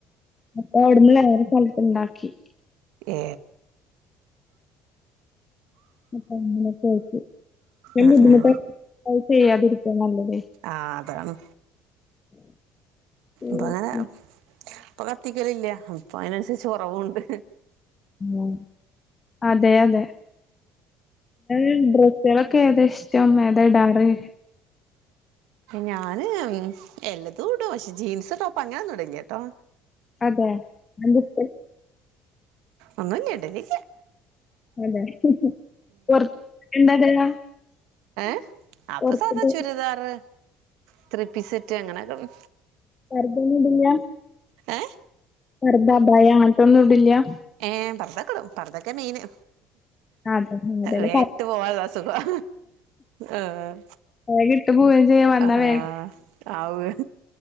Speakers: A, on the left; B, on the right.
A: അപ്പ അവ്ട്ന്ന് വേറെ സ്ഥൽത്ത് ണ്ടാക്കി
B: ഏ
A: അപ്പ അങ്ങനെക്കായ്റ്റ് ഞാൻബുദ്ധിമുട്ട
B: ആഹ് ആഹ്
A: അഅ് ചെയ്യാതിരിക്കാ നല്ലതെയ്
B: ആഹ് അതാണ്
A: ഉം,
B: പ്പഅങ്ങനെ പ ത്തിക്കലില്യ അപ്പൊയിനൻസരിച്ച് കൊറവുണ്ട്.
A: ഉം അതെ അതെ എന്നാ ഡ്രെസ്സുകളൊക്കെ ഏതാ ഇഷ്ടം ഏതാ ഇടാറ്
B: ഞാന്ൻ എല്ലതും ഇടും പക്ഷെ ജീൻസ് ടോപ്പ് അങ്ങനൊന്നും ഇടല്ല കേട്ടോ
A: അതെ എന്താ സ്പെ
B: ഒന്നുല്യ ഇഡലി
A: <unintelligible>
B: ഏഹ് അപ്പൊസാദാ
A: പൊറത്ത്ക്ക്
B: ചുരിദാറ്. ത്രീപി സെറ്റ് അങ്ങനെക്കെള്
A: പർദന്നുടൂല്യ
B: ഏ
A: പർദ്ദ അഭായ ആൺ തൊന്നുടില്യ
B: ഏ പർദക്കടും പർദോക്കെ മെയ്ന്.
A: അതെ അതന്നെ
B: വേട്ട്
A: പ
B: പോവാ താസുഖം ആഹ്
A: വേഗം ഇട്ട് പോവേം ചെയ്യാ വന്നാ
B: ആഹ്
A: വേഗം
B: ആവ്വ്